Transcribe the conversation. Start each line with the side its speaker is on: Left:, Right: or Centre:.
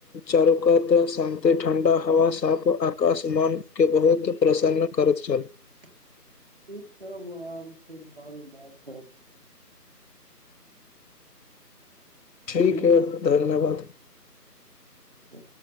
Left: चारुकात शान्ति ठंडा हवा साफ आकाशमान केँ बहुत प्रसन्न करैत चलू
Right: ठीक तब आ फेर बाद बात कलब करब
Left: ठीकै धन्यवाद
Right: ह